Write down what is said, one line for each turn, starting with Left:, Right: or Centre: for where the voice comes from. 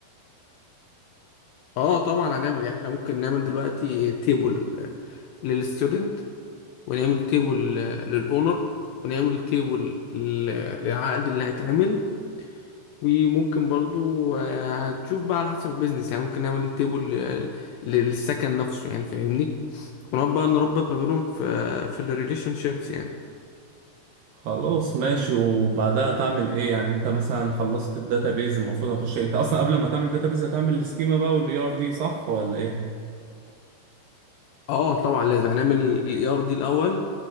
Left: اه طبعا هنعمل يعني احنا ممكن نعمل دلوقتي تيبل للستودنت ونعمل تيبل للاونر ونعمل تيبل للعقد اللي هيتعمل وممكن برضو آه، هنشوف بقى على حسب البيزنس يعني ممكن نعمل تيبل للسكن نفسه يعني فاهمني ونقعد بقى نربط ما بينهم في آه، في الريليشن شيبس يعني
Right: خلاص ماشي وبعدها تعمل ايه يعني انت مثلا خلصت الداتابيز المفروض هنخش إيه؟ انت اصلا قبل ما تعمل الداتابيز هتعمل السكيما بقى والاي ار دي صح ولا ايه
Left: اه طبعا لازم هنعمل الاي ار دي الاول